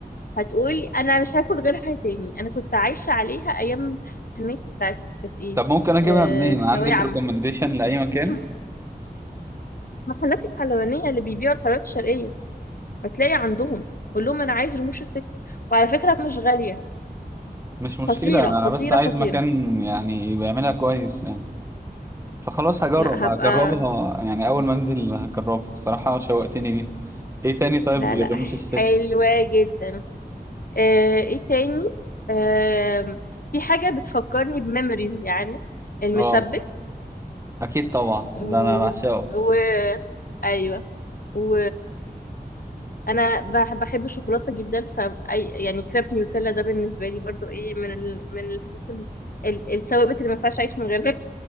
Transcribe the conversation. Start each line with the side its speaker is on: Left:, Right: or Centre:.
Left: هتقولي انا مش هاكل غيرها تاني انا كنت عايشه عليها ايام امتحاناتي بتاعت كانت ايه
Right: طب ممكن اجيبها
Left: آه،
Right: منين
Left: ثانويه
Right: عندك
Left: عامه
Right: ريكومنديشن لاي مكان
Left: <clears throat> محلات الحلوانيه اللي بيبيعوا الحلويات الشرقيه هتلاقي عندهم قول لهم انا عايز رموش الست وعلى فكره مش غاليه
Right: مش مشكله
Left: خطيره
Right: انا
Left: خطيره
Right: بس عايز
Left: خطيره
Right: مكان يعني بيعملها كويس فخلاص هجرب
Left: لا
Right: هجربها
Left: هبقى
Right: يعني اول ما انزل هجربها الصراحه شوقتني ليها ايه تاني طيب
Left: لا
Right: غير
Left: لا
Right: رموش الست
Left: حلوة جدا آه، ايه تاني آم، في حاجة بتفكرني بميموريز يعني المشبك
Right: اه اكيد طبعا
Left: و...
Right: ده انا بعشقه
Left: و... ايوه و انا بح- بحب الشوكولاته جدا ف يعني كريب نيوتيلا ده بالنسبه لي برضو ايه من ال... من الحاجات ال... ال- الثوابت اللي ما ينفعش اعيش من غيرها